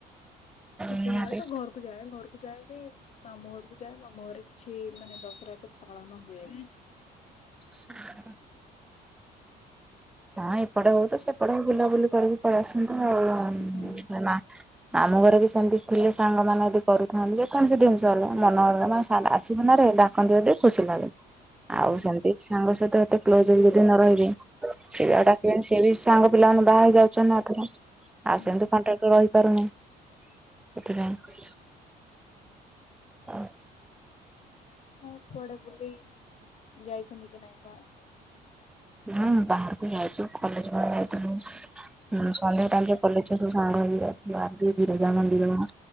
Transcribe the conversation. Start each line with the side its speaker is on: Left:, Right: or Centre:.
Left: ଛୁଟି
Centre: ନିହାତି
Left: ମିଳେ ତ ଘରକୁ ଯାଏ ଘରକୁ ଯାଏ ଯେ ମାମଁ ଘରକୁୁ ଯାଏ ମାମୁଁ ଘରେ କିଛି ମାନେ ଦଶରା ଏତେ ପାଳନ ହୁଏନି।
Centre: ହ ହଁ ଏପଟେ ହଉ ତ ସେପଟେ ବୁଲାବୁଲି କରିକି ପଳେଇ ଆସନ୍ତୁ ଆଉ
Left: ହୁଁ।
Centre: <unintelligible> ଆମ ଘରେ ବି ସେମିତି ଥିଲେ ସାଙ୍ଗମାନେ ଯଦି କରୁଥାନ୍ତି ଯେକୌଣସି ଜିନିଷ ହେଲେ ମନ ହେଲେ ତାହେଲେ ଆସିବୁ ନାରେ ଡାକନ୍ତି ବୋଲି ଟିକେ ଖୁସି ଲାଗେ।
Left: ହୁଁ
Centre: ଆଉ ସେମିତି ସାଙ୍ଗ ସହିତ ଏତେ କ୍ଲୋଜ୍ ହେଇ ଯଦି ନ ରହିବେ ସିଏ ଆଉ ଡାକିବେନି ସେ ବି ସେ ସାଙ୍ଗ ପିଲା ମାନେ ବାହା ହେଇ ଯାଉଚ ନା ଏଥର ଆଉ
Left: ହୁଁ
Centre: ସେମିତି କଣ୍ଟ୍ରାଟି ରହିପାରୁନି ସେଥିପାଇଁ। ହଁ।
Left: ଆଉ କୁଆଡେ ବୁଲି ଯାଇଚନ୍ତି କି ନାଇଁ ବା?
Centre: ହୁଁ ବାହାରକୁ ଯାଇଚୁ କଲେଜ୍ <unintelligible> ଯାଇଥିଲୁ। ହୁଁ- ସନ୍ଧ୍ୟା ଟାଇମ୍ ରେ କଲେଜ ଛୁଆ ସାଙ୍ଗ ହେଇଯାଇଥିଲୁ ବିରଜା ମନ୍ଦିର